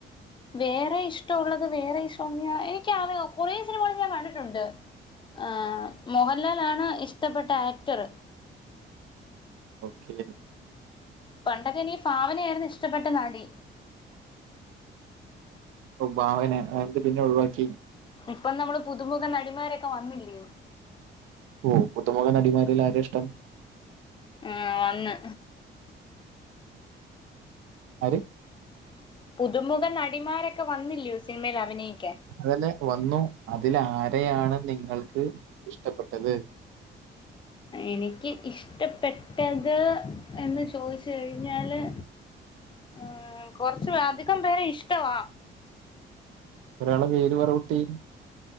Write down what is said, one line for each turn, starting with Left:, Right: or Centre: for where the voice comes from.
Left: വേറെ ഇഷ്ടവൊള്ളത് വേറെ ഇഷ്ടോന്നിയ എനിക്കറിയ കൊറേ സിനിമകൾ ഞാൻ കണ്ടിട്- ടൊണ്ട് ആഹ് മോഹൻലാലാണ് ഇഷ്ടപ്പെട്ട ആക്ടർ
Right: ഓക്കെ
Left: പണ്ടൊക്കെനിക്ക് ഭാവനയാരുന്നു ഇഷ്ടപ്പെട്ട നടി
Right: ഓ ഭാവന അയെന്ത് പിന്നെ ഒഴിവാക്കി
Left: ഇപ്പം നമ്മള് പുതുമുഖ നടിമാരൊക്കെ വന്നില്ലിയോ
Right: ഓഹ് പുതുമുഖ നടിമാരിൽ ആരേഷ്ടം
Left: ആഹ് വന്ന്
Right: ആരെ
Left: പുതുമുഖ നടിമാരൊക്കെ വന്നില്യോ സിനിമേലഭിനയിക്കാൻ
Right: അതല്ലെ വന്നു അതിലാരെയാണ് നിങ്ങൾക്ക് ഇഷ്ടപ്പെട്ടത്
Left: എനിക്ക് ഇഷ്ടപ്പെട്ടത് എന്ന് ചോയിച്ച് കഴിഞ്ഞാല് ആഹ് കൊറച്ചു അധികം പേരെ ഇഷ്ടവാ
Right: ഒരാളെ പേര് പറ കുട്ടി